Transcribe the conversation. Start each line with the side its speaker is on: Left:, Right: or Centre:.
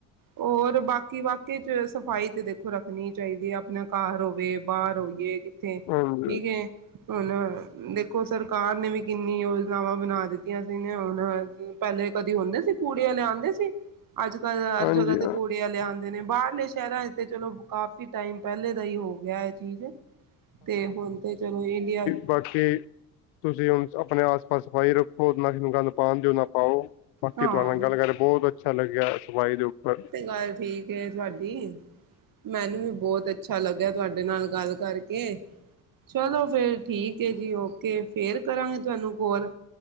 Right: ਹੋਰ ਬਾਕੀ- ਵਾਕੀ ਤੇ ਸਫ਼ਾਈ ਤੇ ਦੇਖੋ ਰੱਖਣੀ ਚਾਹੀਦੀ ਹੈ ਆਪਣਾ ਘਰ ਹੋਵੇ, ਬਾਹਰ ਹੋ ਗਏ ਏ ਕਿੱਥੇ
Left: ਹਾਂਜੀ
Right: ਠੀਕ ਹੈ ਹੁਣ ਦੇਖੋ ਸਰਕਾਰ ਨੇ ਵੀ ਕਿੰਨੀ ਯੋਜਨਾਵਾਂ ਬਣਾ ਦਿੱਤੀਆਂ ਜਿਵੇ ਹੁਣ ਪਹਿਲੇ ਕਦੀ ਹੁੰਦੇ ਸੀ ਕੂੜੇ ਆਲੇ ਆਉਂਦੇ ਸੀ। ਅੱਜ ਕੱਲ ਹਰ
Left: ਹਾਂਜੀ
Right: ਜਗਾ ਤੇ ਕੂੜੇ ਆਲੇ ਆਂਦੇ ਨੇ, ਬਾਰਲੇ ਸ਼ਹਿਰਾਂ ਚ ਤੇ ਚਲੋ ਕਾਫ਼ੀ ਟਾਈਮ ਪਹਿਲੇ ਦਾ ਈ ਹੋ ਗਿਆ ਏ ਚੀਜ਼, ਤੇ ਹੁਣ ਤੇ ਚਲੋ ਇੰਡੀਆ
Left: ਬਾਖੀ ਤੁਸੀ ਹੁਣ ਅਪਣੇ ਆਸ- ਪਾਸ ਸਫ਼ਾਈ ਰੱਖੋ, ਨਾ ਕਿਸੇ ਨੂੰ ਗਂਦ ਪਾਉਣ ਦਿਓ, ਨਾ ਪਾਓ। ਬਾਕੀ
Right: ਹਾਂ
Left: ਤੁਹਾਡੇ ਨਾਲ ਗੱਲ ਕਰ ਬੋਤ ਅੱਛਾ ਲੱਗਿਆ ਸਫਾਈ ਦੇ ਉੱਪਰ।
Right: ਗਲ ਠੀ ਏ ਤੁਹਾਡੀ, ਮੈਨੂੰ ਵੀ ਬੋਤ ਅੱਛਾ ਲੱਗਿਆ ਤੁਹਾਡੇ ਨਾਲ ਗੱਲ ਕਰਕੇ। ਚਲੋ ਫੇਰ ਠੀਕ ਏ ਜੀ ਓਕੇ। ਫੇਰ ਕਰਾਂਗੇ ਤੁਹਾਨੂੰ ਕੋਲ।